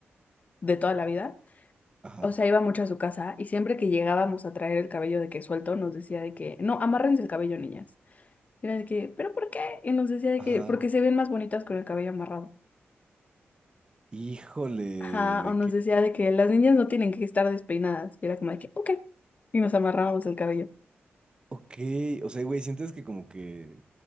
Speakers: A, on the left; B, on the right.
A: de toda la vida
B: Ajá,
A: O sea, iba mucho a su casa y siempre que llegábamos a traer el cabello de que suelto, nos decía de que, no, amárrense el cabello, niñas. Y era de que, ¿pero por qué? Y nos decía de
B: ajá.
A: que, porque se ven más bonitas con el cabello amarrado.
B: Híjole, de
A: Ajá, o nos
B: que...
A: decía
B: <gasps>
A: de que las niñas no tienen que estar despeinadas. Y era como de que, ok. Y nos amarrábamos el cabello.
B: Ok, o sea, güey, ¿sientes que como que